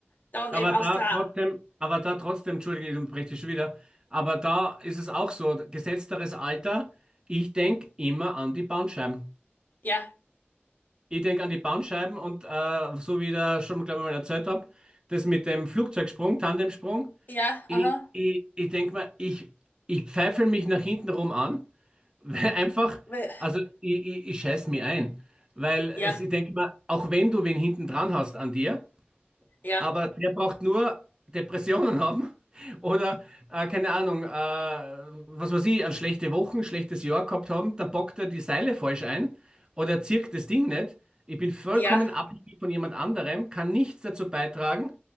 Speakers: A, on the left; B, on the right.
A: Dann
B: Aber
A: eben Australien.
B: da trotzdem, aber da trotzdem, entschuldige, ich unterbreche dich schon wieder. Aber da ist es auch so, gesetzteres Alter, ich denke immer an die Bandscheiben.
A: Ja,
B: Ich denke an die Bandscheiben und äh, so wie ich da schon, glaube ich, mal erzählt habe, das mit dem Flugzeugsprung, Tandemsprung.
A: ja,
B: Ich,
A: aha.
B: ich, ich denke mal, ich, ich pfeife mich nach hinten rum an, <laughs> weil einfach,
A: We-
B: also ich, ich, ich scheiß mich ein. Weil es,
A: Ja,
B: ich denke mal, auch wenn du wen hinten dran hast an dir,
A: ja,
B: aber der braucht nur Depressionen haben oder, äh, keine Ahnung, äh, was weiß ich, an schlechte Wochen, schlechtes Jahr gehabt haben, da bockt er die Seile falsch ein oder zirkt das Ding nicht. Ich bin vollkommen
A: ja.
B: abhängig von jemand anderem, kann nichts dazu beitragen.